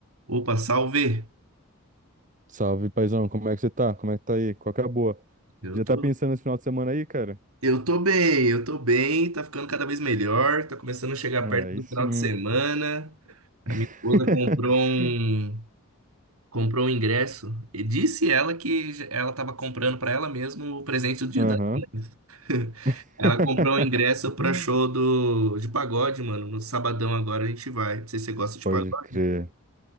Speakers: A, on the right (about 80°); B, on the right (about 35°).
A: Opa, salve!
B: Salve, paizão, como é que você tá? Como é que tá aí? Qual que é a boa?
A: Eu
B: Já
A: tô,
B: tá pensando nesse final de semana aí, cara?
A: eu tô bem, eu tô bem, tá ficando cada vez melhor, tá começando a chegar
B: Ah,
A: perto
B: Aí
A: do
B: sim.
A: final de semana. A
B: <laughs>
A: minha esposa comprou um, comprou um ingresso e disse ela que j- ela tava comprando pra ela mesma o presente do Dia
B: Aham.
A: das Mães. <laughs>
B: <laughs>
A: Ela comprou um ingresso pra show do, de pagode, mano. No sabadão agora a gente vai. Não sei se você gosta de
B: Pode
A: pagode.
B: crer.